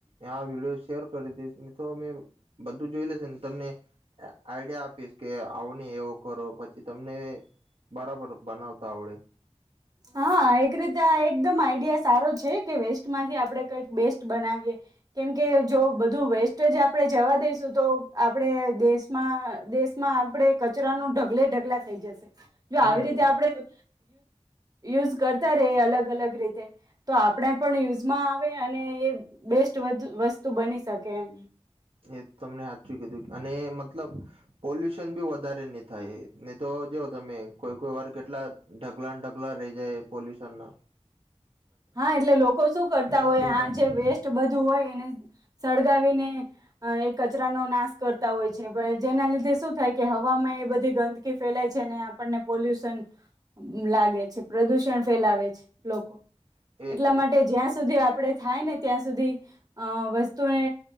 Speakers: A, on the right (about 60°); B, on the right (about 35°).
A: વિડીયો શેર કરી દઈશ ને તો અમે બધું જોઈ લેશે ને તમને આઈડિયા આપીશ કે આવોને એવો કરો પછી તમને બરાબર બનાવતા આવડે
B: હા એક રીતે આ એકદમ આઈડિયા સારો છે કે વેસ્ટમાંથી આપડણે કંઈક બેસ્ટ બનાવીએ કેમકે જો બધું વેસ્ટ જ આપણે જવા દઈશું તો આપણે દેશમાં દેશમાં આપણે કચરાનું ઢગલે ઢગલા થઈ જશે જો
A: હમ
B: આવી રીતે આપડે સુ યુઝ કરતા ર અલગ અલગ રીતે તો આપણે પણ યુઝમાં આવે અને એ બેસ્ટ વસ્તુ બની શકે એમ
A: એ તમને સાાચું કીધું અને મતલબ પોલ્યુશન બી વધારે નહી થાય નહી તો જોવ તમે કોઈ કોઈ વાર કેટલા ઢગલા ઢગલા રહી જાય પોલ્યુશનના
B: હા એટલે લોકો શું કરતા
A: જ
B: હોય
A: દેખાય
B: હા જે વેસ્ટ બધું હોય એને સ ઉગાવીને એ કચરાનો નાશ કરતા હોય છે પણ જેના લીધે શું થાય કે હવામાં એ બધી ગંદકી ફેલાય છે અને આપણને પોલ્યુશન લાગે છે પ્રદુષણ ફેલાવે છે લોકો
A: એજ
B: એટલા
A: ને
B: માટે જ્યાં સુધી આપ આપણે થાય ને ત્યાં સુધી અ વસ્તુને